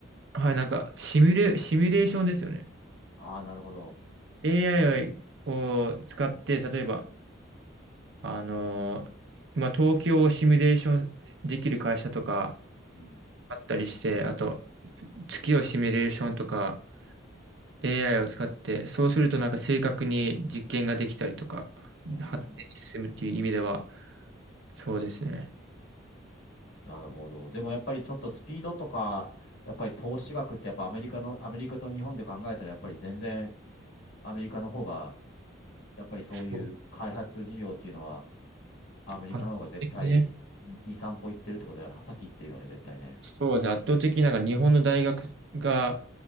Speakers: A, on the right (about 65°); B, on the left (about 80°).
A: はい、なんか、シミュレ、シミュレーションですよね。
B: ああー、なるほど。
A: AI を使って、例えば、あのー今、東京をシミュレーションできる会社とか
B: うん。
A: あったりして、あと、月をシミュレーションとか、AI を使って、そうするとなんか正確に実験ができたりとか、
B: うん。
A: 発展に進むっていう意味では、そうですね。
B: なるほど。でもやっぱりちょっとスピードとか、やっぱり投資額ってやっぱアメリカの、アメリカと日本で考えたらやっぱり全然アメリカの方が、やっぱりそういう開発事業っていうのは
A: そう
B: アメリカの方が絶対
A: 圧倒的ね。
B: 2、3歩行ってるってことで、先行ってるよね、絶対ね。
A: そうですね。圧倒的になんか日本の大学が